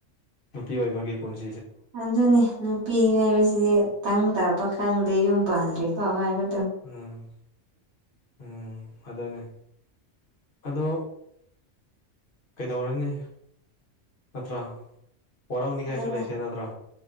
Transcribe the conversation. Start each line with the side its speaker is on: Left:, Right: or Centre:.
Left: ꯅꯨꯄꯤ ꯑꯣꯏꯕꯒꯤ ꯄꯨꯟꯁꯤ
Right: ꯑꯗꯨꯅꯦ ꯅꯨꯄꯤ ꯍꯥꯏꯕꯁꯤꯗꯤ ꯇꯪ ꯇꯥꯕ ꯈꯪꯗꯦ ꯌꯨꯝ ꯄꯥꯟꯗ꯭ꯔꯤ ꯐꯥꯎ ꯍꯥꯏꯕ
Left: ꯎꯝ ꯎꯝ ꯑꯗꯨꯗꯅꯦ ꯑꯗꯣ ꯀꯩꯗꯧꯔꯅꯤ ꯅꯠꯇ꯭ꯔꯥ ꯍꯔꯥꯎꯅꯤꯡꯉꯥꯏꯁꯨ
Right: ꯑꯗꯨꯅꯤ
Left: ꯂꯩꯇꯦ ꯅꯠꯇ꯭ꯔꯥ